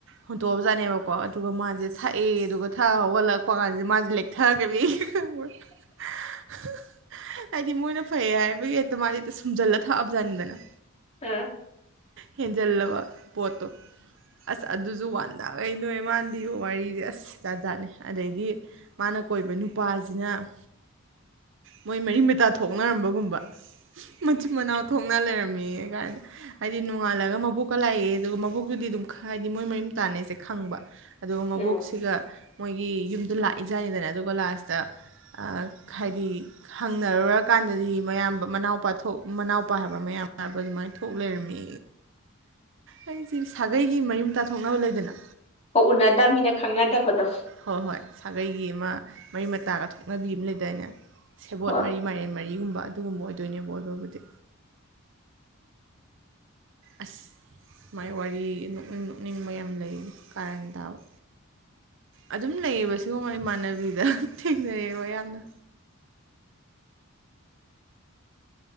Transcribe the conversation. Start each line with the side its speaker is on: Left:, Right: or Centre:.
Right: ꯍꯨꯟꯇꯣꯛꯑꯕꯖꯥꯠꯅꯦꯕꯀꯣ ꯑꯗꯨꯒ ꯃꯥꯁꯦ ꯊꯥꯛꯑꯦ ꯑꯗꯨꯒ <unintelligible> ꯍꯧꯒꯠꯂꯛꯄ ꯀꯥꯟꯁꯤ ꯃꯥꯁꯦ ꯂꯦꯛꯊꯔꯒ <unintelligible> ꯍꯥꯏꯗꯤ ꯃꯣꯏꯅ ꯐꯩ ꯍꯥꯏꯕꯒꯤ ꯍꯦꯛꯇ ꯃꯥꯁꯦ ꯁꯨꯝꯖꯜꯂ ꯊꯥꯛꯑꯕꯖꯥꯅꯤꯗꯅ
Left: ꯎ
Right: ꯍꯦꯟꯖꯜꯂꯨꯕ ꯄꯣꯠꯇꯣ ꯑꯁ ꯑꯗꯨꯁꯨ ꯋꯥꯟꯗꯥꯈꯩ ꯅꯣꯛꯑꯦ ꯃꯥꯥꯅ ꯂꯤꯕ ꯋꯥꯔꯤꯁꯦ ꯑꯁ ꯖꯥꯠ ꯖꯥꯠꯅꯤ ꯑꯗꯩꯗꯤ ꯃꯥꯅ ꯀꯣꯏꯕ ꯅꯨꯄꯥꯁꯤꯅ ꯃꯣꯏ ꯃꯔꯤ ꯃꯇꯥ ꯊꯣꯛꯅꯔꯝꯕꯒꯨꯝꯕ ꯃꯆꯤꯟ ꯃꯅꯥꯎ ꯊꯣꯛꯅ ꯂꯩꯔꯝꯃꯦ ꯀꯥꯏꯅ ꯍꯥꯏꯗꯤ ꯅꯣꯡꯉꯥꯜꯂꯒ ꯃꯕꯣꯛꯀ ꯂꯥꯛꯑꯦ ꯑꯗꯨꯒ ꯃꯕꯣꯛꯇꯨꯗꯤ ꯑꯗꯨꯝ ꯍꯥꯏꯗꯤ ꯃꯣꯏ ꯃꯕꯤ ꯃꯇꯥꯅꯤꯁꯦ ꯈꯪꯕ ꯑꯗꯨꯒ ꯃꯕꯣꯛꯁꯤꯒ
Left: ꯎꯝ
Right: ꯃꯣꯏꯒꯤ ꯌꯨꯝꯗ ꯂꯥꯛꯏꯖꯥꯠꯅꯤꯗꯅ ꯑꯗꯨꯒ ꯂꯥꯁꯇ ꯑ ꯍꯥꯏꯗꯤ ꯍꯪꯅꯔꯨꯔꯀꯥꯟꯗꯗꯤ ꯃꯌꯥꯝ ꯃꯅꯥꯎꯄꯥ ꯊꯣꯛ ꯃꯅꯥꯎꯄꯥ ꯍꯥꯏꯕ ꯃꯌꯥꯝ ꯍꯥꯏꯕ ꯑꯗꯨꯃꯥꯏꯅ ꯊꯣꯛ ꯂꯩꯔꯝꯃꯤ ꯑꯩꯁꯦ ꯁꯥꯒꯩꯒꯤ ꯃꯔꯤ ꯃꯇꯥ ꯊꯣꯛꯅꯕ ꯂꯩꯗꯅ
Left: ꯍꯣꯏ ꯎꯅꯗꯕꯅꯤꯅ ꯈꯪꯅꯗꯕꯗꯣ
Right: ꯍꯣꯏ ꯍꯣꯏ ꯁꯥꯒꯩꯒꯤ ꯑꯃ ꯃꯔꯤ ꯃꯇꯥꯒ ꯊꯣꯛꯅꯕꯤ ꯑꯃ ꯂꯩꯗꯥꯏꯅꯦ ꯁꯦꯕꯣꯠ
Left: ꯍꯣꯏ
Right: ꯃꯔꯤ ꯃꯥꯏꯔꯦꯟ ꯃꯔꯤꯒꯨꯝꯕ ꯑꯗꯨꯒꯨꯝꯕ ꯑꯣꯏꯗꯣꯏꯅꯦꯕ ꯑꯣꯏꯕꯕꯨꯗꯤ ꯑꯁ ꯃꯥꯏ ꯋꯥꯔꯤ ꯅꯣꯛ ꯅꯣꯛꯅꯤꯡꯕ ꯌꯥꯝ ꯂꯩ ꯀꯥꯔꯟ ꯇꯥꯕ ꯑꯗꯨꯝ ꯂꯩꯌꯦꯕ ꯁꯤꯒꯨꯝꯕ ꯏꯃꯥꯟꯅꯕꯤꯗ ꯊꯦꯡꯅꯔꯑꯦꯕ ꯌꯥꯝꯅ